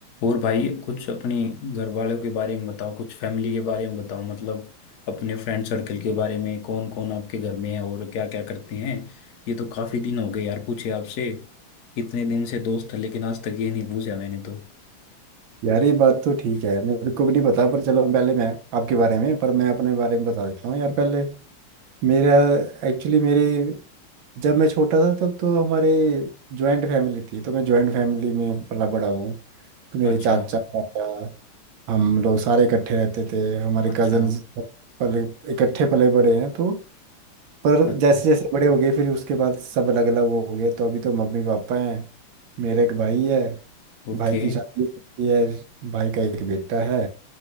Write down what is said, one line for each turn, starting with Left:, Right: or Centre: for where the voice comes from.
Left: और भाई कुछ अपनी घर वालों के बारे में बताओ कुछ फैमिली के बारे में बताओ मतलब अपने फ्रेंड सर्कल के बारे में कौन कौन आपके घर में है और क्या क्या करते हैं ये तो काफी दिन हो गए यार पूछे आपसे इतने दिन से दोस्त है लेकिन आज तक ये नहीं पूछा मैंने तो
Right: यार ये बात तो ठीक है मेरे को भी नहीं पता पर चलो पहले मैं आपके बारे में पर मैं अपने बारे में बता देता हूँ यार पहले मेरा एक्चुअली मेरे जब मैं छोटा था तब तो हमारे जॉइंट फैमिली थी तो मैं जॉइंट फैमिली में पला बड़ा हूँ तो मेरे
Left: अच्छा
Right: चाचा ताया हम लोग सारे इकट्ठे रहते थे हमारे
Left: अच्छा
Right: कजन पले इकट्ठे पले बड़े हैं तो पर
Left: अच्छा
Right: जैसे जैसे बड़े हो गए फिर उसके बाद सब अलग अलग हो गए तो अभी तो मम्मी पापा हैं मेरा एक भाई है
Left: ओके
Right: भाई की शादी हो चुकी है भाई का एक बेटा है